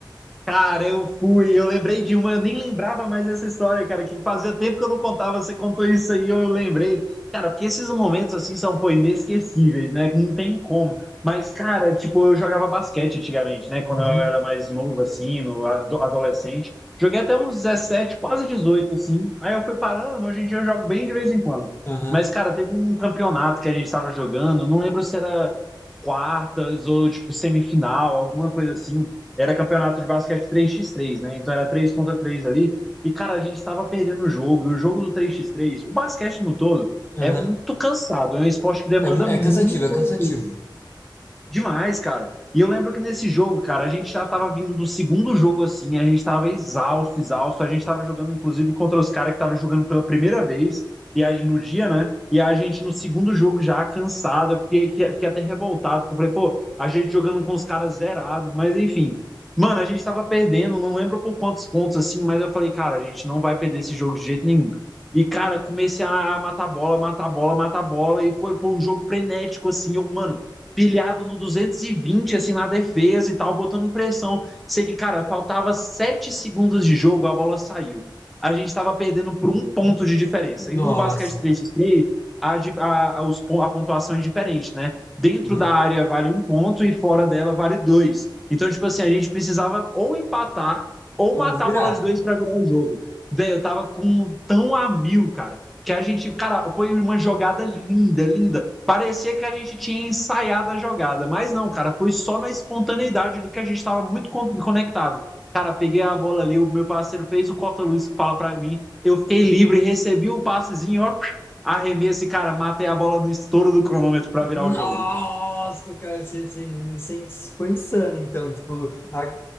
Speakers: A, in the centre; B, on the left.
A: Cara, eu fui, eu lembrei de uma, eu nem lembrava mais dessa história, cara, que fazia tempo que eu não contava, você contou isso aí, eu lembrei. Cara, porque esses momentos assim são, pô, inesquecíveis, né? Que não tem como. Mas, cara, tipo, eu jogava basquete antigamente, né? Quando
B: Uhum,
A: eu era mais novo, assim, no ado- adolescente. Joguei até uns 17, quase 18, assim. Aí eu fui parando, hoje em dia eu jogo bem de vez em quando.
B: aham,
A: Mas, cara, teve um campeonato que a gente tava jogando, não lembro se era quartas ou, tipo, semifinal, alguma coisa assim era campeonato de basquete três x três, né? Então era 3 contra 3 ali. E, cara, a gente estava perdendo o jogo. E o jogo do três x três. o basquete no todo,
B: aham.
A: é muito cansado. É um esporte que demanda
B: É, mu- é
A: muito,
B: cansativo, é cansativo.
A: Demais, cara. E eu lembro que nesse jogo, cara, a gente já tava vindo do segundo jogo assim, a gente tava exausto, exausto, a gente tava jogando inclusive contra os caras que tava jogando pela primeira vez e a, no dia, né? E a gente no segundo jogo já cansado, eu fiquei, que- fiquei até revoltado, porque eu falei, pô, a gente jogando com os caras zerado, mas enfim. Mano, a gente tava perdendo, não lembro por quantos pontos assim, mas eu falei, cara, a gente não vai perder esse jogo de jeito nenhum. E, cara, comecei a matar bola, matar bola, matar bola, e foi, pô, um jogo frenético, assim. Eu, mano, pilhado no 220 assim, na defesa e tal, botando pressão. Sei que, cara, faltava 7 segundos de jogo, a bola saiu. A gente estava perdendo por um ponto de diferença.
B: Nossa.
A: E no basquete três x três a, a, a, os, a pontuação é diferente, né? Dentro
B: Aham.
A: da área vale um ponto e fora dela vale dois. Então, tipo assim, a gente precisava ou empatar ou matar
B: Ou virar.
A: a bola de dois para virar o jogo. Velho, eu tava com tão a mil, cara que a gente, cara, foi uma jogada linda, linda. Parecia que a gente tinha ensaiado a jogada, mas não, cara, foi só na espontaneidade ali que a gente estava muito conectado. Cara, peguei a bola ali, o meu parceiro fez o cota-luz que fala para mim, eu fiquei livre, recebi um passezinho, ó, arremesso e, cara, matei a bola no estouro do cronômetro para
B: Nossa,
A: virar o jogo.
B: cara, você, você- você foi insano, então. Tipo, a-